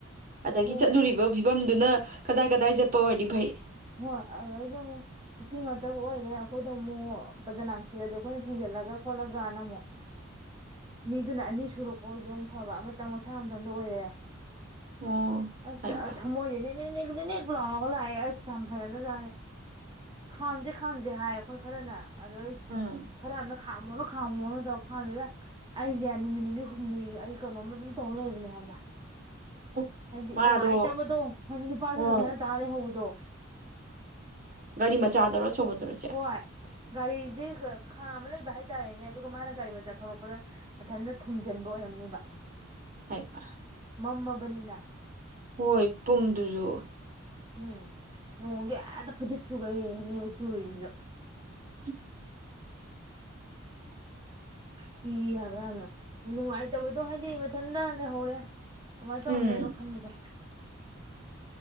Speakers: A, on the right; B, on the right.
A: ꯑꯗꯒꯤ
B: ꯅꯣꯡ
A: ꯆꯠꯂꯨꯔꯤꯕ ꯐꯤꯕꯝꯗꯨꯅ ꯀꯗꯥꯏ ꯀꯗꯥꯏ ꯆꯠꯄ ꯑꯣꯏꯔꯗꯤ ꯐꯩ
B: ꯍꯣꯏ ꯑꯗꯨꯗꯩꯗꯤ ꯑꯃꯨꯛ ꯅꯨꯄꯤ ꯉꯥꯛꯇꯒ ꯑꯣꯏꯔꯦ ꯑꯩꯈꯣꯏꯗꯣ ꯑꯃꯨꯛ ꯕꯗꯅꯥꯝ ꯁꯤꯂꯗꯤ ꯑꯩꯈꯣꯏꯅ ꯊꯦꯡꯖꯤꯜꯂꯒ ꯈꯣꯠꯂꯒꯅ ꯑꯃꯨꯛ ꯃꯤꯗꯨꯅ ꯑꯅꯤ ꯁꯨꯔꯛꯄ ꯑꯣꯏꯗꯤ ꯑꯃꯨꯛ ꯐꯕ ꯑꯃꯇꯪ ꯃꯁꯥ ꯑꯃꯇꯪꯒ ꯑꯣꯏꯔꯦ
A: ꯑꯣ
B: ꯑꯁ
A: ꯍꯩꯃꯥ
B: ꯊꯝꯃꯣꯏꯗꯅꯤ ꯅꯤ ꯅꯤ ꯅꯤꯛ ꯂꯥꯎꯔꯒ ꯂꯥꯛꯑꯦ ꯍꯥꯏꯁ ꯌꯥꯝ ꯐꯖꯗ ꯖꯥꯠꯅꯦ ꯈꯥꯝꯁꯦ ꯈꯥꯝꯁꯦ ꯍꯥꯏꯌꯦ ꯑꯩꯈꯣꯏ ꯈꯔꯅ ꯑꯗꯨꯗꯩ
A: ꯎꯝ
B: ꯈꯔ ꯑꯝꯅ ꯈꯥꯝꯃꯣꯅ ꯈꯥꯝꯃꯣꯅ ꯇꯧ ꯈꯥꯝꯗꯨꯗ ꯑꯩꯁꯦ ꯅꯨꯃꯤꯠ ꯅꯤꯅꯤ ꯍꯨꯝꯅꯤ ꯑꯩ ꯀꯩꯅꯣꯝꯃ ꯑꯗꯨꯝ ꯇꯧ ꯂꯩꯕꯅꯦ ꯈꯪꯕ
A: ꯑꯣ
B: ꯍꯥꯏꯗꯤ
A: ꯃꯥꯗꯣ
B: ꯅꯨꯡꯉꯥꯏꯇꯕꯗꯣ ꯍꯥꯏꯗꯤ ꯅꯨꯄꯥꯁꯨ
A: ꯍꯣꯏ
B: ꯃꯊꯟꯗ ꯇꯥꯔ ꯂꯩꯍꯧꯕꯗꯣ
A: ꯒꯥꯔꯤ ꯃꯆꯥꯗꯔꯣ ꯑꯆꯧꯕꯗꯔꯣ ꯏꯆꯦ
B: ꯍꯣꯏ ꯒꯥꯔꯤꯁꯤ ꯈꯥꯝꯃ ꯂꯩꯕ ꯍꯥꯏꯇꯥꯔꯦꯅꯦ ꯑꯗꯨꯒ ꯃꯥꯅ ꯒꯥꯔꯤ ꯃꯆꯥ ꯊꯧꯔꯛꯄꯗ ꯃꯊꯟꯇ ꯊꯨꯝꯖꯤꯟꯕ ꯑꯣꯏꯔꯝꯅꯤꯕ
A: ꯍꯩꯃꯥ
B: ꯃꯝ ꯃꯕꯅꯤꯅ
A: ꯍꯣꯏ ꯄꯨꯡꯗꯨꯁꯨ
B: ꯎꯝ ꯅꯣꯡꯁꯦ ꯑꯗ ꯐꯨꯗꯤꯠ ꯐꯩꯒꯩꯅꯤ ꯆꯨꯔꯤꯁꯤꯁꯨ
A: <inaudible>
B: ꯀꯤ ꯍꯥꯏꯕ ꯌꯥꯝꯅ ꯅꯨꯡꯉꯥꯏꯇꯕꯗꯣ ꯍꯥꯏꯗꯤ ꯃꯊꯟꯇ ꯂꯩꯍꯧꯔꯦ ꯀꯃꯥꯏꯅ ꯇꯧꯔꯝꯗꯣꯏꯅꯣ
A: ꯎꯝ
B: ꯈꯟꯕꯗꯣ